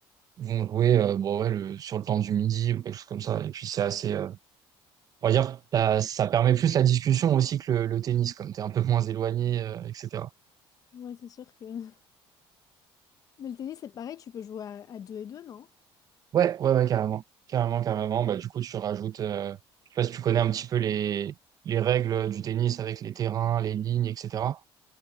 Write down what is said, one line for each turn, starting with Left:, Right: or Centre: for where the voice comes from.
Right: vont jouer, euh, bon, ouais, le, sur le temps du midi ou quelque chose comme ça. Et puis c'est assez, euh, on va dire, la- ça permet plus la discussion aussi que le, le tennis, comme tu es un peu moins éloigné, euh, etc.
Left: Ouais, c'est sûr que. <laughs> Mais le tennis, c'est pareil, tu peux jouer à, à deux et deux, non?
Right: Ouais, ouais, ouais, carrément. Carrément, carrément. Bah, du coup, tu rajoutes, euh, je sais pas si tu connais un petit peu les, les règles du tennis avec les terrains, les lignes, etc.